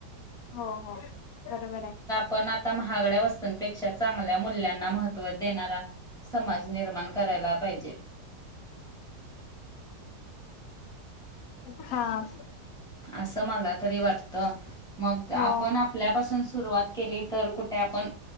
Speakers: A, on the left; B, in the centre.
A: हो हो बरोबर आहे.
B: पण आता महागड्या वस्तूंपेक्षा चांगल्या मुूल्यांना महत्त्व देणारा समाज. निर्माण करायला पाहिजे.
A: हा.
B: असं मला तरी वाटतं. मग
A: हो
B: आपण आपल्यापासून सुरुवात केली तर कुठे आपण